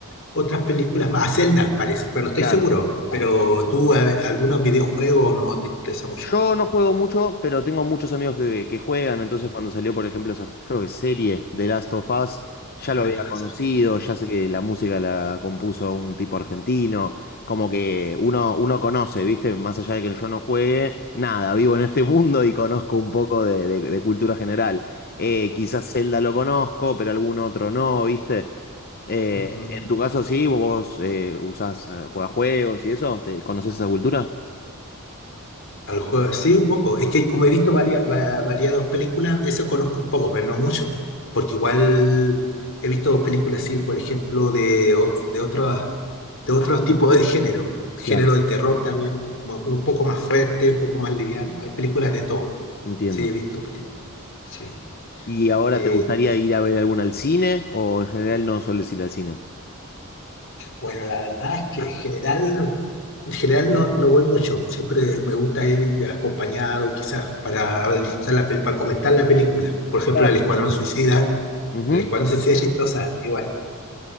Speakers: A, on the left (about 60°); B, on the left (about 45°).
A: otras películas más. A Zelda, parece, pero no estoy
B: Claro.
A: seguro. Pero tú, a- algunos videojuegos no te interesa mucho.
B: Yo no juego mucho, pero tengo muchos amigos que, que juegan, entonces
A: Mm.
B: cuando salió, por ejemplo, esa, creo que serie de Last of Us, ya lo
A: Ah,
B: había
A: de la-
B: conocido, ya sé que la música la compuso un tipo argentino, como que uno, uno conoce, ¿viste? Más allá de que yo no juegue, nada, vivo en este mundo y conozco un poco de, de- de cultura general. Eh, quizás Zelda lo conozco, pero algún otro no, ¿viste? Eh,
A: sí.
B: en tu caso sí, vos eh, usás, eh, jugás juegos y eso, ¿te conoces esa cultura?
A: Al juego, sí, un poco. Es que como he visto varias, va- variadas películas, eso conozco un poco, pero no mucho. Porque igual he visto películas así, por ejemplo, de, o- de otros, de otros tipos de género. Género
B: Claro.
A: de terror también, mo- un poco más fuerte, un poco más liviano. Hay películas de todo.
B: Entiendo.
A: Sí, he visto películas. Sí.
B: ¿Y ahora
A: Eh,
B: te gustaría ir a ver alguna al cine? ¿O en general no sueles ir al cine?
A: bueno, la verdad es que en general, en general no, no voy mucho. Siempre me gusta ir acompañado, quizás, para, disfrutar la pel- para comentar la película. Por ejemplo,
B: Claro.
A: El Escuadrón Suicida
B: Ujú.
A: les cual no se hacía chistosa, igual.